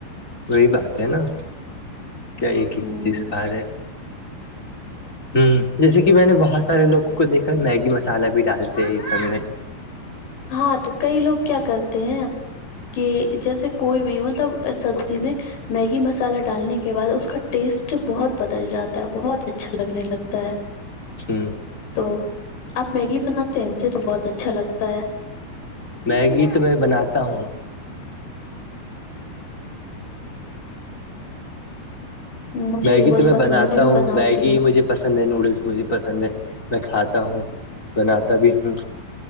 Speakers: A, on the left; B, on the left.
A: وہی بات ہے نا کیا ایک ایک
B: ہوں،
A: چیز کا ہے ہ جیسے کہ میں نے بہت سارے لوگوں کو دیکھا میگی مسالہ بھی ڈالتے ہیں یہ سب میں
B: ہاں تو کئی لوگ کیا کرتے ہیں کہ جیسے کوئی بھی مطلب سبزی میں میگی مسالہ ڈالنے کے بعد اس کا ٹیسٹ بہت بدل جاتا ہے بہت اچھا لگنے لگتا ہے
A: ہوں
B: تو آپ میگی بناتے ہیں مجھے تو بہت اچھا لگتا ہے
A: میگی تو میں بناتا ہوں
B: مجھے
A: میگی
B: بھی بہت
A: تو میں
B: پسند
A: بناتا
B: بھی
A: ہوں
B: بناتی
A: میگی
B: ہوں
A: مجھے پسند ہے نوڈلس مجھے پسند ہے میں کھاتا ہوں بناتا بھی ہوں